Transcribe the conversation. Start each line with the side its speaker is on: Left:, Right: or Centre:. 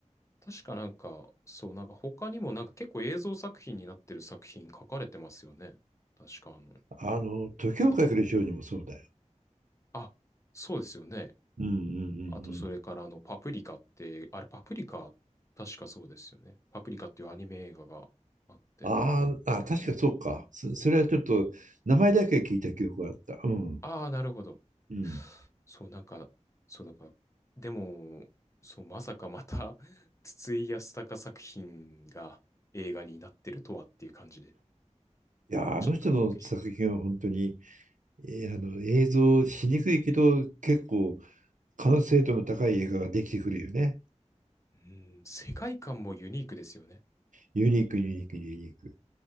Left: 確かなんか、そう、なんか他にもなんか結構映像作品になってる作品書かれてますよね。確かあの、
Right: あの、時をかける少女もそうだよ。
Left: なんか、あ、そうですよね。
Right: うんうんうんう
Left: あとそれからあの、
Right: ん。
Left: パプリカって、あれパプリカ、確かそうですよね。パプリカっていうアニメ映画があって。
Right: あーあ、確かそうか。そ、それはちょっと名前だけ聞いた記憶があった。うん。
Left: ああ、なるほど。
Right: うん。
Left: そう、なんか、そうだから、でも、そう、まさかまた <laughs> 筒井康隆作品が映画になってるとはっていう感じで、
Right: いやー、あの人の作品は本当に、
Left: ちょっとびっくりしました。
Right: えーあの映像しにくいけど、結構完成度の高い映画ができてくるよね。
Left: うん、世界観もユニークですよね。
Right: ユニーク、ユニーク、ユニーク。